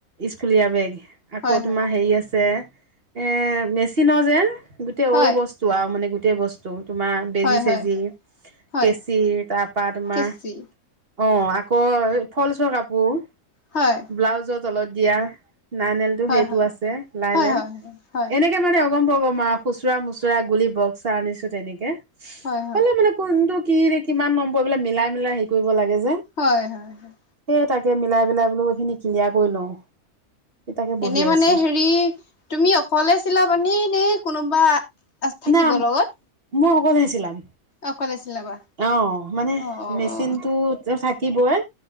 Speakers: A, on the right; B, on the left.
A: স্কুলীয়া বেগ আকৌ
B: হয় হয়
A: তোমাৰ হেৰি আছে। এ মেচিনৰ যে গোটেই
B: হয়
A: অল্ড বস্তু আৰু মানে গোটেই বস্তু। তোমাৰ বেজি
B: হয়
A: চেজি
B: হয় হয়
A: কেচি তাৰ পা তোমাৰ
B: কেঁচি
A: অ আকৌ ফলচৰ কাপোৰ
B: হয়
A: ব্লাউজৰ তলত দিয়া। নাইনেলটো
B: হয়
A: সেইটো
B: হয়
A: আছে লাইলেন
B: হয় হয় হয় হয়
A: এনেকে মানে গম পাব মা খুচুৰা মোচুৰা গুলি বক্সা আনিছো তেনেকে
B: হয়
A: হ'লে মানে কোনটো কি কিমান নম্বৰবলে মিলাই মিলাই হেৰি কৰিব লাগে যে
B: হয়, হয়, হয়
A: সেই তাকে মিলাই মিলাই বোলো এইখিনি কিলিয়া কৰি লওঁ। সেই তাকে বহি
B: এনে মানে
A: আছো
B: হেৰি তুমি অকলে চিলা পানে দেই কোনোবা থাকিব
A: না
B: লগত।
A: মই অকলেছিলাম
B: অকলে চিলাবা?
A: অ মানে
B: অ অ
A: মেচিনটো
B: অ
A: ঠাকিবই